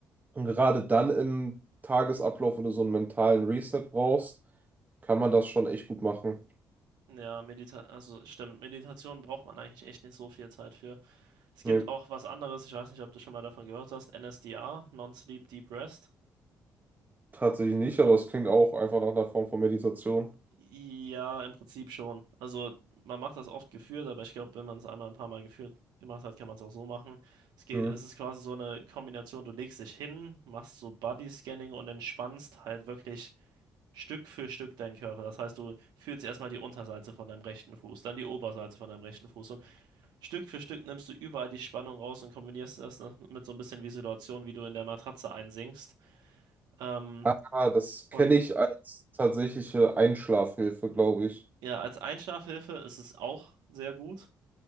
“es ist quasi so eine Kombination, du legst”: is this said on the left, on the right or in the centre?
Right